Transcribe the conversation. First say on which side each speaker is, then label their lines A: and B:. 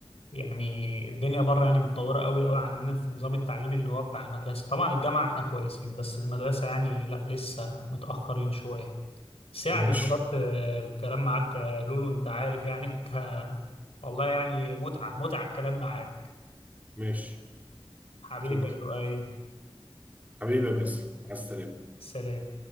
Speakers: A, on the left; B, on the right.
A: يعني الدنيا بره يعني متطورة قوي قوي عننا في نظام التعليم اللي هو بتاع المدرسة طبعا الجامعة احنا كويسين بس المدرسة يعني لا لسه متأخرين شوية بس يعني
B: ماشي
A: انبسطت آه، بالكلام معاك يا لولو انت عارف يعني <laughs> انت والله يعني متعة متعة الكلام معاك
B: ماشي
A: حبيبي
B: شكرا
A: يا لؤي
B: حبيبي يا باسم مع السلامه
A: سلام